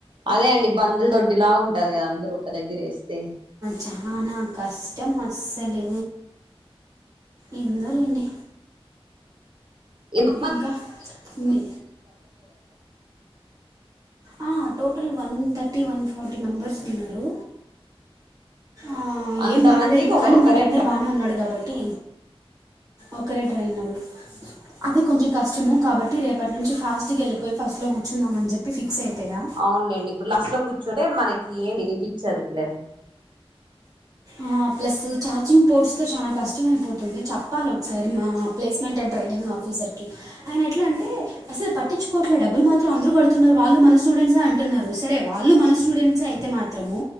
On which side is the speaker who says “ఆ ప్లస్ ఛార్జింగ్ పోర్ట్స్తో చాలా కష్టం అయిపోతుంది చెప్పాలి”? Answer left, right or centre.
Right